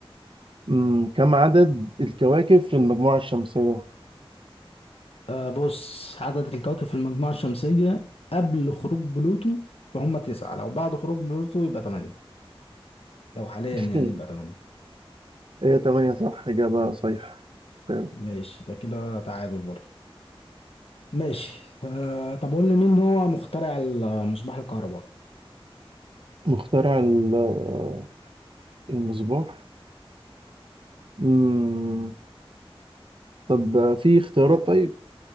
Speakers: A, on the right (about 60°); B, on the left (about 75°).
A: مم. كم عدد الكواكب في المجموعة الشمسية؟
B: آه بص عدد الكواكب في المجموعة الشمسية قبل خروج بلوتو فهم تسعة لو بعد خروج بلوتو يبقى تمانية لو حاليا
A: <laughs>
B: يعني يبقى تمانية
A: هي تمانية صح إجابة صحيحة تمام.
B: ماشي يبقى كده تعادل برضه ماشي آه طب قول لي مين هو مخترع المصباح الكهربائي
A: مخترع ال- آه، المصباح مم. طب آه، في اختيارات طيب